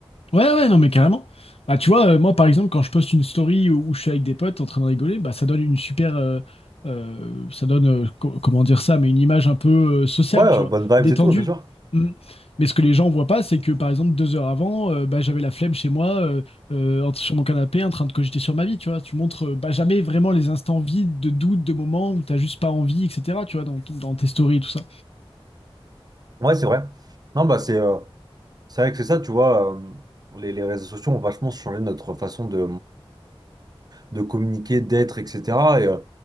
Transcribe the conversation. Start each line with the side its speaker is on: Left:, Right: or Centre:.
Left: Ouais, ouais, non, mais carrément. Bah, tu vois, euh, moi, par exemple, quand je poste une story où, où je suis avec des potes en train de rigoler, bah, ça donne une super. euh, euh, ça donne, euh, co- comment dire ça, mais une image un peu euh, sociable,
Right: Ouais, euh,
Left: tu vois,
Right: bonnes vibes
Left: détendue.
Right: et tout, ouais, bien sûr.
Left: Mm. Mais ce que les gens voient pas, c'est que, par exemple, deux heures avant, euh, bah, j'avais la flemme chez moi, euh, euh, en- sur mon canapé, en train de cogiter sur ma vie, tu vois. Tu montres euh, bah, jamais vraiment les instants vides de doute, de moments où t'as juste pas envie, etc., tu vois, dans, dans tes stories et tout ça.
Right: Ouais, c'est vrai. Non, bah c'est euh, c'est vrai que c'est ça, tu vois, euh, les, les réseaux sociaux ont vachement changé notre façon de, de communiquer, d'être, etc. Et, euh,